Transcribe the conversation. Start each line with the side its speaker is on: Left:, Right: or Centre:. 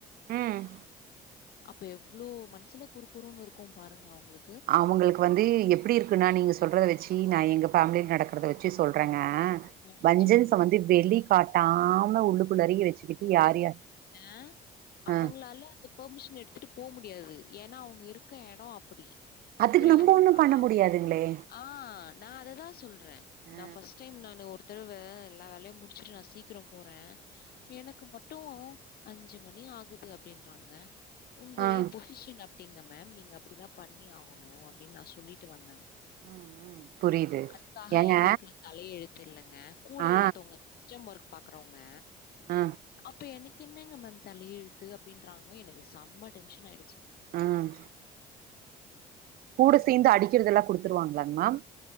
Right: ம்
Left: அப்ப எவ்ளோ மன்சுல குறு குறுன்னு இருக்கு பாருங்க அவுங்களுக்
Right: அவுங்களுக்கு வந்து எப்டி இருக்குன்னா நீங்க சொல்றத வச்சி நா எங்க ஃபேமில நடக்கறத வச்சி சொல்றங்க ஆ
Left: ஆ
Right: வஞ்சன்ஸ
Left: சொல்லுங்க.
Right: வந்து வெளி காட்டாம உள்ளுக்குள்ளாறயே வச்சுட்டு யார் யார்
Left: ஆ அவங்களால
Right: ஆ
Left: அந்த பெர்மிஷன் எடுத்துட்டு போ முடியாது ஏனா அவங்க இருக்க எடோ அப்பிடி
Right: அதுக்கு
Left: புரியுதுங்களா
Right: நம்ம ஒண்ணு பண்ண முடியாதுங்களே
Left: ஆ நா அததா சொல்ற
Right: ஆ
Left: நா ஃபஸ்ட் டைம் நானு ஒரு தரவ எல்லா வேலையு முடிச்சிட்டு நா சீக்கிரோ போற எனக்கு மட்டு அஞ்சு மணி ஆகுது அப்டின்றாங்க உங்க
Right: ஆ ம்.
Left: பொசிஷன் அப் டிங்க மேம் நீங்க அப்டிதா பண்ணி ஆகணு அப்டின்னு நா சொல்லிட்டு வந்த
Right: ம். புரியுது
Left: அதுக்காக
Right: ஏங்க
Left: எங்களுக்கெல்லா தலையெழுத் தெர்லங்க கூட
Right: ஆ
Left: ஒருத்தவங்க சிஸ்டம் ஒர்க் பாக்குறவங்க
Right: ஆ
Left: அப்ப எனக் என்னங்க மேம் தலயெழுத்து அப்டின்றாங்க எனக்கு செம்ம டென்ஷன் ஆயிடு
Right: ம் கூட சேந்து அடிக்கிறதெல்லா குடுத்துருவாங்களாங்க மேம்